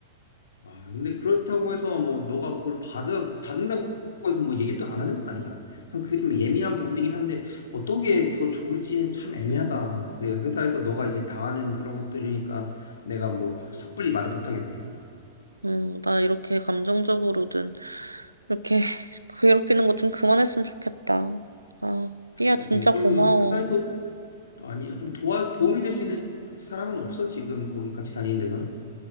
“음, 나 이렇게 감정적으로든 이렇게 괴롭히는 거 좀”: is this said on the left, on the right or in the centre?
Right